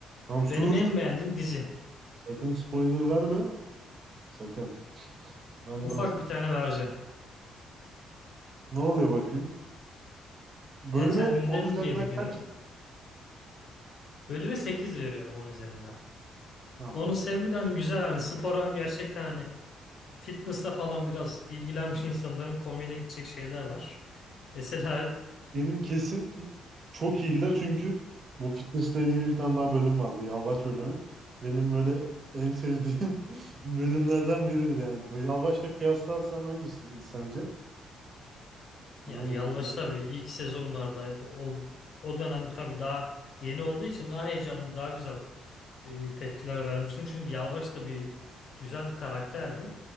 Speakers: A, on the right; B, on the left.
A: Hamsur
B: Benim en beğendiğim dizi.
A: sakın spoiler verme. Sakın. Ben
B: Ufak
A: daha
B: bir tane vereceğim.
A: ne oluyor bakayım? Bölüme
B: Yani sen izledin
A: 10 üzerinden
B: diye biliyorum.
A: kaç?
B: Bölüme 8 veriyorum onun üzerinden.
A: Anladım.
B: Onun sebebi de hani güzel hani spora gerçekten hani fitness'la falan biraz ilgilenmiş insanların komiğine gidecek şeyler var. Mesela
A: Benim kesin çok iyi gider çünkü bu fitnessle ilgili bir tane daha bölüm vardı. Yalvaç bölümü. Benim böyle en sevdiğim <laughs> bölümlerden biridir yani. Bu Yalvaç'la kıyaslarsan hangisi sence?
B: Ya
A: Ben hangisi?
B: Yalvaç tabii ilk sezonlardaydı. O o dönem tabii daha yeni olduğu için daha heyecanlı, daha güzel e, tepkiler vermiştim. Çünkü Yalvaç da bir güzel bir karakterdi.